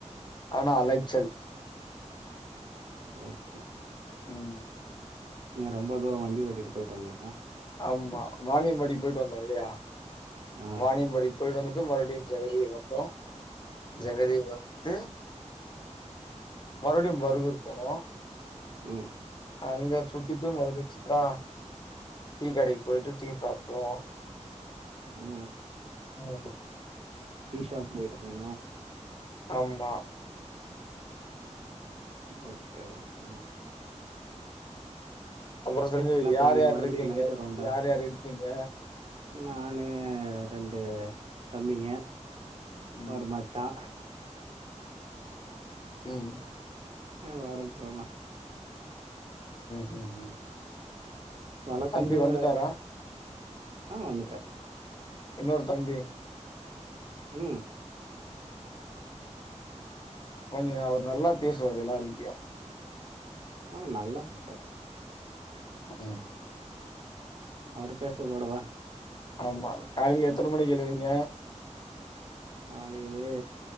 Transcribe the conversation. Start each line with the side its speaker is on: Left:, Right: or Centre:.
Left: ஆனா அலைச்சல்
Right: அலைச்சல்
Left: ஆமா
Right: ஏ ரொம்ப தூரோ வண்டி ஓட்டிட்டு போயிட் வந்தீங்ளா
Left: ஆமா வானியம்பாடி போய்ட்டு வந்தோ இல்லையா
Right: ஆஹா
Left: வானியம்படி போய்ட்டு வந்துட்டு மறுப டீம் ஜெகதிய மொத்தோ
Right: ம்
Left: ஜகதி வத்து மறுபடியு பருகூர் போனோ
Right: ம்
Left: அங்க சுத்திட்டு மறுபடி சித்ரா டீ கடைக்கு போய்ட்டு டீ சாப்பில்லா
Right: ம்
Left: ம்
Right: டீ ஷாப் போய்ட்ருந்தீங்ளா
Left: ஆமா
Right: ஓகே ஓகேனா
Left: அப்பற சஞ்சய்
Right: என்ன பிளானு
Left: யார் யார்
Right: மறுபடியு
Left: இருக்கீங்க
Right: நைட்டு ரவுண்டா
Left: யார் யார் இருக்கீங்க
Right: நானு ரெண்டு தம்பிங்க
Left: ம்
Right: ஒரு மச்சா
Left: ம்
Right: எல்லாரு இருக்குறோண்ணா
Left: ம் ம் ம்
Right: வழக்கம்
Left: தம்பி
Right: போல
Left: வந்துட்டாரா
Right: ஆ வந்துட்டாரு
Left: இன்னொரு தம்பி
Right: ம்
Left: கொஞ்ச நா அவரு நல்லா பேசுவாரு எல்லாருகிட்டயு
Right: ஆ நல்லா பேசுவாரு
Left: ம்
Right: அவரு பேசுறதோடவா
Left: ஆமா காலைல எத்த மணிக்கு எழுவீங்க
Right: காலைலே